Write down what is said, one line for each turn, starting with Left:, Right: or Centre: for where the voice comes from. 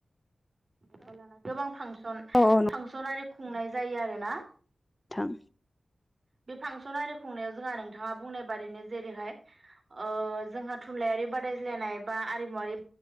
Right: लोबबा लाना गोबां फांसन
Left: औ नंगौ
Right: फांसन आरि खुंनाय जायो आरो ना
Left: थां
Right: बे फांसन आरि खुंनायाव जोंहा नोंथाङा बुंनाय बादिनो जेरैहाय ओ जोंहा थुनलाइयारि बा- -रायज्लायनाय बा आरिमुवारि